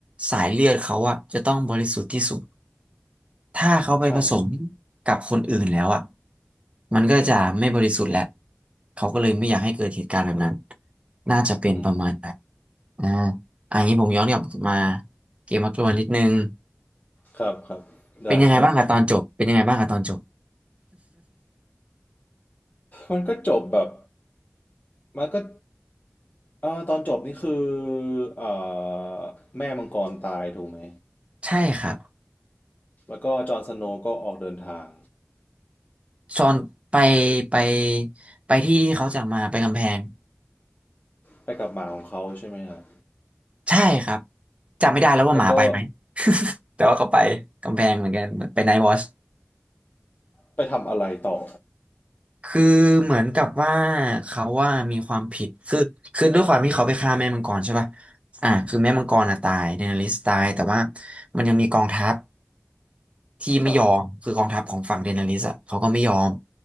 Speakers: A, on the right (about 25°); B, on the left (about 40°).
A: สายเลือดเขาอะจะต้องบริสุทธิ์ที่สุดถ้าเขาไปผสม
B: ใช่ครับ
A: กับคนอื่นแล้วอะมันก็จะไม่บริสุทธิ์แล้วเขาก็เลยไม่อยากให้เกิดเหตุการณ์แบบนั้นน่าจะเป็นประมาณนั้น
B: อืม
A: อ่าอันนี้ผมย้อนกลับมาเกมมาตัวนิดนึง
B: ครับครับได้ครับ
A: เป็นยังไงบ้างอะตอนจบเป็นยังไงบ้างอะตอนจบ
B: มันก็จบแบบมันก็ เอ่อตอนจบนี่คือเอ่อแม่มังกรตายถูกไหม
A: <laughs> ใช่ครับ
B: แล้วก็จอห์นสโนว์ก็ออกเดินทาง
A: ซอนไปไปไปที่ที่เขาจากมาไปกำแพง
B: ไปกับหมาของเขาใช่ไหมฮะ
A: ใช่ครับจำไม่ได้แล้วว่าหมาไปไหม
B: แล้วก็
A: <laughs> แต่ว่าเขาไปกำแพงเหมือนกันไปไนท์วอช
B: ไปทำอะไรต่อ
A: คือเหมือนกับว่าเขาว่ามีความผิดคือคือด้วยความที่เขาไปฆ่าแม่มังกรใช่ป่ะอ่าคือแม่มังกรอ่ะตายเดนาริสตายแต่ว่ามันยังมีกองทัพ ที่ไม่ยอมคือกองทัพของฝั่งเดนาริสอะเขาก็ไม่ยอม
B: ครับ